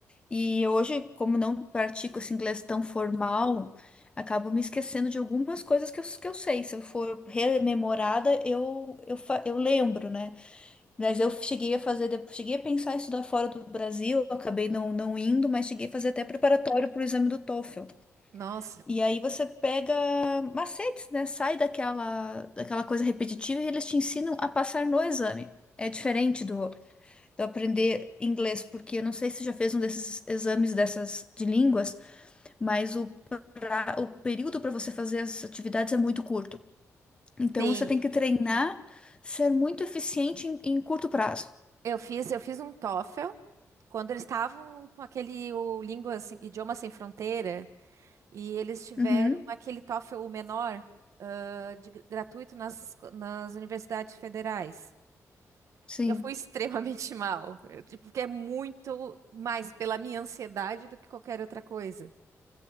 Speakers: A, on the left (about 20°); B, on the right (about 65°).
A: E hoje, como não pratico esse inglês tão formal, acabo me esquecendo de algumas coisas que eu, que eu sei. Se eu for rememorada, eu, eu, fa- eu lembro, né? Mas eu cheguei a fazer, depois- cheguei a pensar em estudar fora do Brasil, acabei não, não indo, mas cheguei a fazer até preparatório para o exame do TOEFL.
B: Nossa.
A: E aí você pega macetes, né? Sai daquela, daquela coisa repetitiva e eles te ensinam a passar no exame. É diferente do, do aprender inglês, porque eu não sei se você já fez um desses exames dessas de línguas, mas o, pra- o período para você fazer as atividades é muito curto. Então
B: Sim,
A: você tem que treinar, ser muito eficiente em, em curto prazo.
B: eu fiz, eu fiz um TOEFL. Quando eles estavam com aquele o língua sem, idioma sem fronteira e eles tiveram
A: Uhum,
B: aquele TOEFL menor ah, de, gr- gratuito nas, nas universidades federais.
A: sim.
B: Eu fui extremamente <laughs> mal, eu, tipo, porque é muito mais pela minha ansiedade do que qualquer outra coisa.